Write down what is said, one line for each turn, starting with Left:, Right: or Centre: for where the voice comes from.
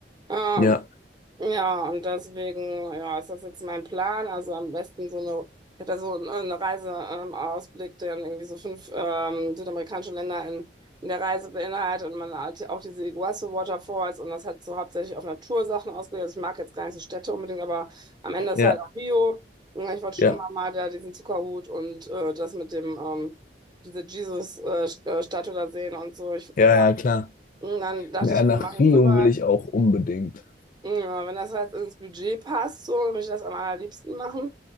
Right: Ähm,
Left: ja,
Right: Ja, und deswegen, ja, ist das jetzt mein Plan. Also am besten so eine, ich habe da so einen, einen Reiseausblick, ähm, Ausblick, der dann irgendwie so fünf ähm, südamerikanische Länder in, in der Reise beinhaltet und man halt auch diese Iguazu Waterfalls und das hat so hauptsächlich auf Natursachen ausgelegt. Also ich mag jetzt gar nicht so Städte unbedingt, aber am Ende ist
Left: ja,
Right: halt auch Bio. Ja, Ich wollte
Left: ja,
Right: schon immer mal da diesen Zuckerhut und äh, das mit dem, ähm, diese Jesus-Statue da sehen und so. Ich,
Left: ja,
Right: ja.
Left: ja, klar.
Right: Und dann dachte
Left: Ja,
Right: ich
Left: nach
Right: mir, mache
Left: Rio
Right: ich sowas.
Left: will ich auch unbedingt.
Right: Ja, wenn das halt ins Budget passt, so würde ich das am allerliebsten machen.